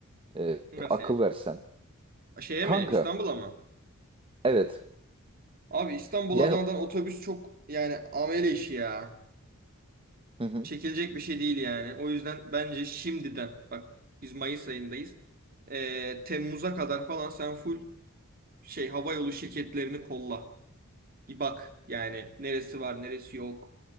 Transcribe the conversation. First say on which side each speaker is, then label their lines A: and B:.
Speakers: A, on the right; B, on the right.
A: e,
B: Nasıl
A: akıl
B: yani?
A: versen.
B: Şeye
A: Kanka
B: mi? İstanbul'a mı?
A: evet
B: Abi İstanbul
A: yani
B: Adana'dan otobüs çok yani amele işi ya.
A: hı hı.
B: Çekilecek bir şey değil yani. O yüzden bence şimdiden bak biz Mayıs ayındayız. Ee, Temmuz'a kadar falan sen full şey hava yolu şirketlerini kolla. Bir bak yani neresi var neresi yok.